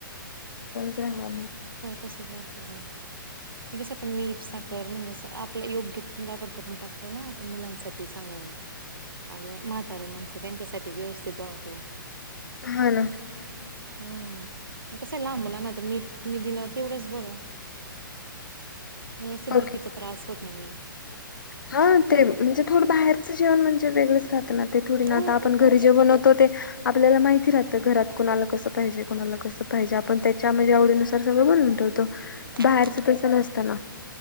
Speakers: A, on the left (about 65°); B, on the right (about 80°).
A: चिरां ला
B: तसचत रे कस आपण मीठ साखर म्हणजे आपला योग्य वापर करून टाकतो ना आपण मुलांसाठी सांग आपले म्हातारे माणस त्यांच्यासाठी व्यवस्थित बनवतो
A: हा ना
B: हम्म कसं आहे लांबला ना तर मीठ ी दिलं तेवढंच बरं म्हणजे असं बीपीचा
A: ओके.
B: त्रास होत नाही
A: हा ते म्हणजे थोडं बाहेर जेवन म्हणजेगळे ते थोडी ना
B: हो
A: आता आपण
B: वेगळं
A: घरी
B: असतं
A: जे बनवतो
B: ना.
A: ते आपल्याला माहिती राहत घरात कणाला कस पाहिजे कोणाला कस पाहिजे आपण त्याच्या आव ण ठवत बाहेरच
B: हो
A: तस नसताना